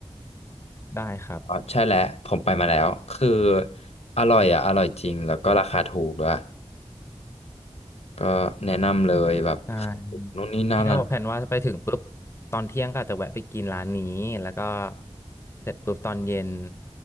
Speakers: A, on the left (about 25°); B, on the left (about 75°).
A: ได้ครับ
B: อ๋อใช่แล้วผมไปมาแล้วคืออร่อยอ่ะอร่อยจริงแล้วก็ราคาถูกด้วยก็แนะนำเลยแบบ
A: ได้
B: นู่นนี่นั่นอะ
A: พี่ก็แผนว่าไปถึงปุ๊บตอนเที่ยงก็อาจจะแวะไปกินร้านนี้แล้วก็เสร็จปุ๊บตอนเย็น